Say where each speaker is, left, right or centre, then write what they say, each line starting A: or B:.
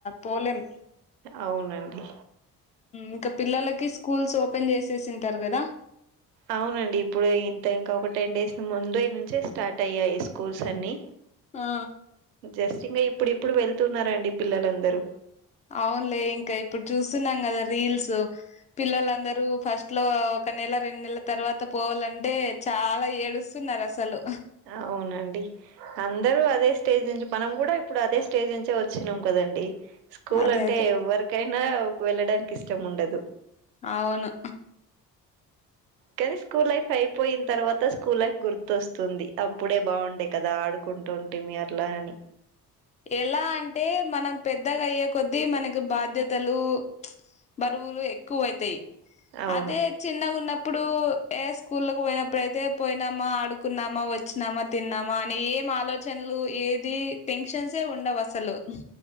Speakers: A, on the left (about 15°); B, on the right (about 80°).
A: పోలేం
B: అవునండి
A: ఇంకా పిల్లలకి స్కూల్స్ ఓపెన్ చేసేసింటారు కదా
B: అవునండి ఇప్పుడు ఇంత ఇంకా ఒక టెన్ డేస్ ముందే నుంచే స్టార్ట్ అయ్యాయి స్కూల్స్ అన్ని
A: ఆ
B: జస్ట్ ఇంకా ఇప్పుడు ఇప్పుడు వెళ్తున్నారండి పిల్లలందరూ
A: అవునులే ఇంకా ఇప్పుడు చూస్తున్నాం కదా రీల్స్ పిల్లలందరూ ఫస్ట్ ట్లో ఒక నెల రెండు నెలల తర్వాత పోవాలంటే చాలా ఏడుస్తున్నారు అసలు
B: అవునండి అందరూ అదే స్టేజ్ నుంచి మనం కూడా ఇప్పుడు అదే స్టేజ్ నుంచే వచ్చినాం కదండి స్కూల్
A: అదే
B: అంటే
A: అదే
B: ఎవరికైనా వెళ్ళడానికి ఇష్టం ఉండదు
A: అవును
B: కానీ స్కూల్ లైఫ్ అయిపోయిన తర్వాత స్కూల్ లైఫ్ గుర్తస్ వస్తుంది అప్పుడే బాగుండే కదా ఆడుకుంటుంటిమి అట్లా అని
A: ఎలా అంటే మనం పెద్దగా అయ్యే కొద్దీ మనకి బాధ్యతలు బరువులు ఎక్కువ ఐతాయి
B: అవును
A: అదే చిన్న గున్నప్ ఇప్పుడు ఏ స్కూలకు పోయినప్పుడయితే పోయినామా ఆడుకున్నామా వచ్చినామా తిన్నామా అని ఏం ఆలోచనలు ఏది టెన్షన్స్ ఏ ఉండవసలు సలు